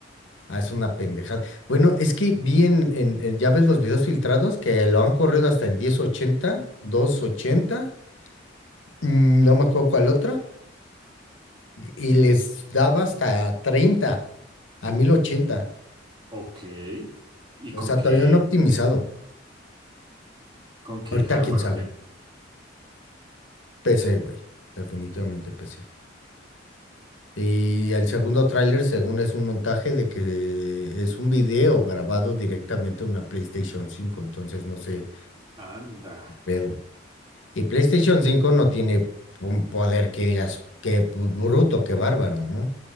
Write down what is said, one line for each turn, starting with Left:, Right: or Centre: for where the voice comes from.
Left: Ah, es una pendejada. Bueno, es que vi en, en- en- ya ves los videos filtrados que lo han corrido hasta en 1080, 280, mm, no me acuerdo cuál otra, y y les daba hasta 30 a mil ochenta
Right: Ok. ¿Y
Left: O
Right: con
Left: sea,
Right: qué,
Left: todavía no optimizado.
Right: con qué
Left: Ahorita
Right: hardware
Left: quién sabe.
Right: o qué?
Left: PC, güey. Definitivamente PC. Y el segundo tráiler, según es un montaje de que es un video grabado directamente a una PlayStation cinco entonces no sé,
Right: Anda.
Left: qué pedo. Y PlayStation cinco no tiene un poder que digas, qué bruto, qué bárbaro, ¿no?